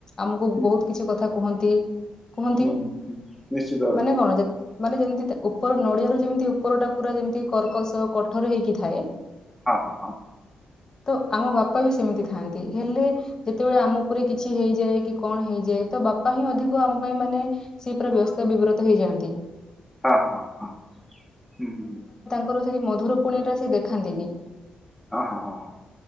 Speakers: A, on the left; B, in the centre.
A: ଆମକୁ
B: ହୁଁ
A: ବହୁତ କିଛି କଥା କୁହନ୍ତି, କୁହନ୍ତି,
B: ହୁଁ ହୁଁ ହୁଁ, ନିଶ୍ଚିତ ଭାବେ
A: ମାନେ କଣ, ଯେ ମାନେ ଯେମିତି ତା ଉପର ନଡିଆର ଯେମିତି ଉପର ଟା ପୁରା ଯେମିତି କର୍କସ କଠୋର ହେଇକି ଥାଏ।
B: ହଁ, ହଁ,।
A: ତ ଆମ ବାପା ବି ସେମିତି ଥାଆନ୍ତି, ହେଲେ ଯେତେବେଳେ ଆମ ଉପରେ କିଛି ହେଇଯାଏ। କି କଣ ହେଇ ଯେ ତ ବାପା ହିଁ ଅଧିକ ଆମ ପାଇଁ ମାନେ ସିଏ ପୁରା ବ୍ୟସ୍ତ ବିବ୍ରତ ହେଇଯାଆନ୍ତି।
B: ହଁ, ହଁ, ହଁ, ହୁଁ, ହୁଁ।
A: ଥର ସେଇ ମଧୁର ପଣିଆ ଟା ସେ ଦେଖାନ୍ତିନି।
B: ହଁ, ହଁ, ହଁ,